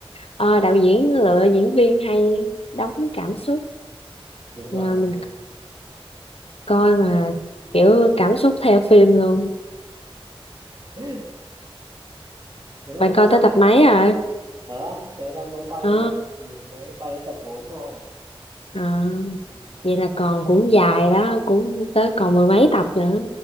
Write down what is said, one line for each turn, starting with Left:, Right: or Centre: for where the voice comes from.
Left: ờ, đạo diễn lựa diễn viên hay đóng với cảm xúc.
Right: Đúng rồi,
Left: À, mình
Right: đúng rồi.
Left: coi mà kiểu cảm xúc theo phim luôn.
Right: <laughs> Đúng rồi,
Left: Bạn coi
Right: thế sao
Left: tới
Right: đấy?
Left: tập mấy rồi?
Right: Tớ tớ đang mới coi
Left: Ờ
Right: đến tập ừ, mới coi đến tập 4 thôi.
Left: à,
Right: Ừ.
Left: vậy là còn cũng dài đó, cũng tới còn mười mấy tập nữa.